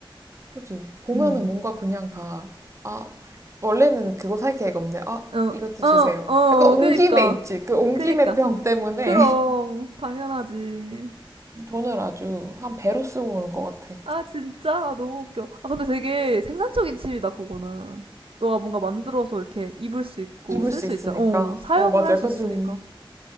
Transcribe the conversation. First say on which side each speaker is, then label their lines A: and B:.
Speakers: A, on the right; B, on the right.
A: 그치. 보면은
B: 음.
A: 뭔가 그냥 다, 아, 원래는 그거 살게획 없는데, 아,
B: 어,
A: 이것도 주세요.
B: 어, 어,
A: 약간 온
B: 그니까.
A: 김에 있지. 그 온
B: 그니까.
A: 김에 병 때문에
B: 그럼, 당연하지.
A: <laughs> 돈을 아주 한 배로 쓰고 오는 것 같아.
B: 아, 진짜? 아, 너무 웃겨. 아, 근데 되게 생산적인 칩이다, 그거는. 너가 뭔가 만들어서 이렇게 입을 수 있고,
A: 입을
B: 쓸
A: 수
B: 수
A: 있으니까.
B: 있어. 어, 사용을
A: 어, 맞아.
B: 할
A: 약간
B: 수 있으니까.
A: 좀,